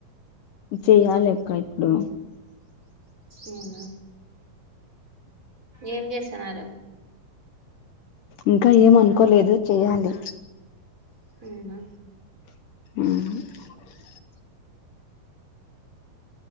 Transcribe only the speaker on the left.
చెయ్యలక్కా ఇప్పుడు
ఇంకా ఏమనుకోలేదు చేయాలి.
మ్